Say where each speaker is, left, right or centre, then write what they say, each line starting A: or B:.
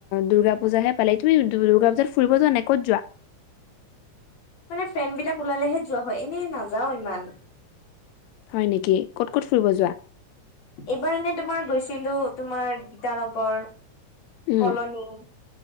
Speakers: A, on the left; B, on the left.
A: দুৰ্গা পূজাহে পালে, তুমি দুৰ্গা পূজাত ফুৰিব যোৱা নাই ক'ত যোৱা?
B: মানে ফ্ৰেণ্ড বিলাক ওলালেহে যোৱা হয় এনেই নাযাও ইমান।
A: হয় নেকি ক'ত ক'ত ফুৰিব যোৱা?
B: এইবাৰ এনে তোমাৰ গৈছিলোঁ তোমাৰ গীতানগৰ।
A: উম,
B: কলনী অ,